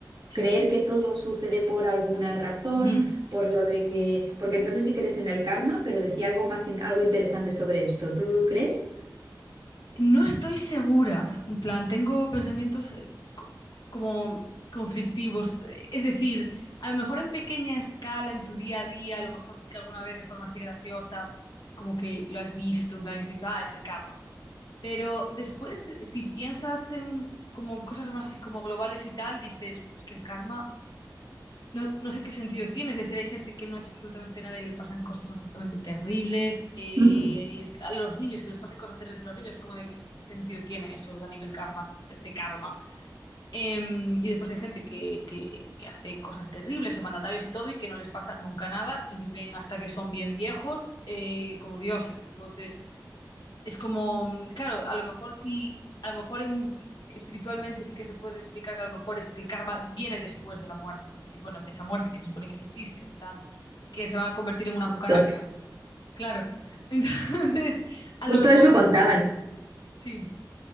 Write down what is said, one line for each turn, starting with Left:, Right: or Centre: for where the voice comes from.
Left: Sí.
Right: creer que todo sucede por alguna razón,
Left: Ujú.
Right: por lo de que, porque no sé si crees en el karma, pero decía algo más, in- algo interesante sobre esto. ¿Tú lo crees?
Left: No estoy segura. En plan, tengo pensamientos eh, co- como conflictivos. Eh, Es decir, a lo mejor en pequeña escala, en tu día a día, a lo mejor sí que alguna vez de forma así graciosa, como que lo has visto, en plan, y has dicho, ah, es el karma. Pero después, si piensas en como en cosas más así como globales y tal, dices, "Uf, es que el karma No, no sé qué sentido tiene. Es decir, hay gente que no ha hecho absolutamente nada y le pasan cosas absolutamente terribles. eh,
Right: <laughs>
Left: hay niños que- a los niños que les pasan cosas terribles a los niños. Es como de qué sentido tiene eso a nivel karma, de karma. Eh, y después hay gente que, que, que hace cosas terribles o mandatarios y todo y que no les pasa nunca nada y viven hasta que son bien viejos eh, como dioses. Entonces... Es como, claro, a lo mejor sí, a lo mejor en- espiritualmente sí que se puede explicar que a lo mejor es, el karma viene después de la muerte, es decir, bueno, de esa muerte que se supone que no existe, en plan, y que se va a convertir en una cucaracha.
Right: Justo
Left: Claro. <laughs> Entonces, a
Right: Justo
Left: lo mejor,
Right: eso contaban.
Left: sí,